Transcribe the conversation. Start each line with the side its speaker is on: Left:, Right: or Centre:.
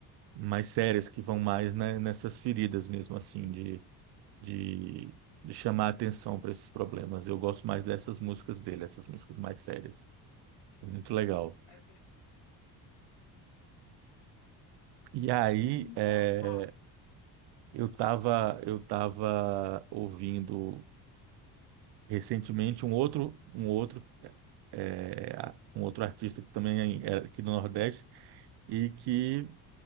Right: mais sérias, que vão mais, né, nessas feridas mesmo, assim, de, de chamar a atenção para esses problemas. Eu gosto mais dessas músicas dele, essas músicas mais sérias. É Muito legal.
Left: É verdade.
Right: E aí,
Left: Então,
Right: é,
Left: Rafa,
Right: eu tava, eu tava ouvindo recentemente um outro, um outro, é, a- um outro artista que também é aqui do Nordeste e que